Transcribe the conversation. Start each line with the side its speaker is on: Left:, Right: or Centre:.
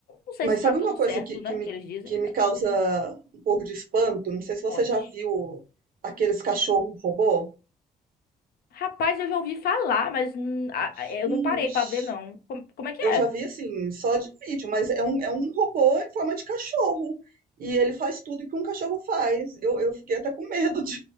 Left: não sei
Right: Mas
Left: se tá
Right: sabe
Left: tudo
Right: uma coisa
Left: certo,
Right: que, que
Left: né,
Right: me,
Left: que eles dizem,
Right: que me
Left: mas
Right: causa um pouco de espanto? Não sei se você
Left: conte.
Right: já viu aqueles cachorro robô.
Left: Rapaz, eu já ouvi falar, mas hum, a- a- eu
Right: Gente,
Left: não parei pra ver, não. Como, como é que
Right: eu
Left: é?
Right: já vi assim, só de vídeo, mas é um, é um robô em forma de cachorro. E ele faz tudo que um cachorro faz. Eu, eu fiquei até com medo de.